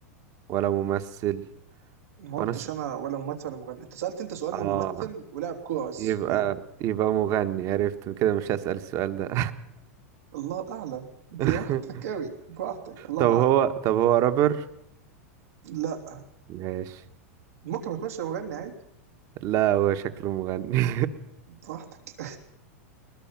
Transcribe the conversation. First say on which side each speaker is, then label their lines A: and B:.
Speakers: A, on the right; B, on the right.
A: ولا ممثل
B: ما
A: وانا
B: قلتش
A: س...
B: انا ولا ممثل ولا مغني انت سألت انت سؤال
A: اه
B: للممثل ولاعب كورة بس
A: يبقى
B: باين
A: يبقى مغني عرفت كده مش هسأل السؤال ده
B: الله اعلم براحتك
A: <laughs>
B: قوي براحتك الله
A: طب هو
B: اعلم
A: طب هو رابر
B: لا
A: ماشي
B: ممكن ما يكونش مغني عادي.
A: لا هو شكله مغني <laughs>
B: براحتك